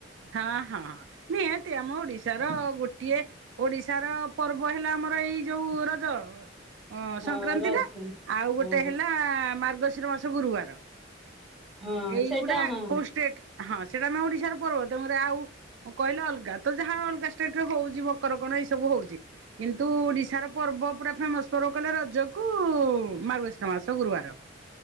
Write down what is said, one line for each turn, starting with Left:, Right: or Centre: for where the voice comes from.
Right: ହଁ ହଁ ହଁ ନିହାତି ଆମ ଓଡିଶାର ଗୋଟିଏ ଓଡିଶାର ପର୍ବ ହେଲା ଆମର ଏଇ ଯୋଉ ରଜ। ଓ
Centre: ହଁ
Right: ସଂକ୍ରାନ୍ତି
Centre: ରଜ
Right: ଟା ଆଉ
Centre: ହଁ
Right: ଗୋଟେ ହେଲା ମାର୍ଗଶିର ମାସ ଗୁରୁବାର।
Centre: ହଁ
Right: ଏଇଗୁଡା
Centre: ସେଇଟା ହଁ
Right: କୋଷ୍ଟେଟ ହଁ ସେଟା ଆମେ ଓଡିଶାର ପର୍ବ। ତମର ଆଉ କହିଲେ ଅଲଗା ତ ଯାହା ଅଲଗା ଷ୍ଟେଟ ରେ ହୋଉଚି ମକର କଣ ଏଇ ସବୁ ହୋଉଚି। କିନ୍ତୁ ଓଡିଶାର ପର୍ବ ପୁରା ଫେମସ ପର୍ବ କହିଲେ ରଜକୁ ମାର୍ଗଶୀର ମାସ ଗୁରୁବାର।